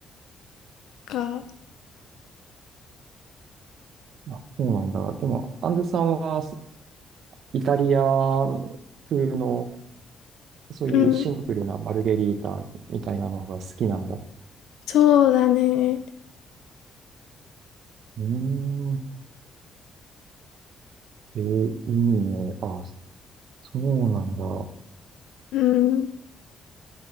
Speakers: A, on the left; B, on the right.
A: か。
B: あ、そうなんだ。でも、アンズさんはイタリア風のそういうシンプルなマルゲリータみたいなのが好きなんだ。
A: うん。
B: う
A: そうだね。
B: ーん。えーいいね。あ、そうなんだ。
A: うん。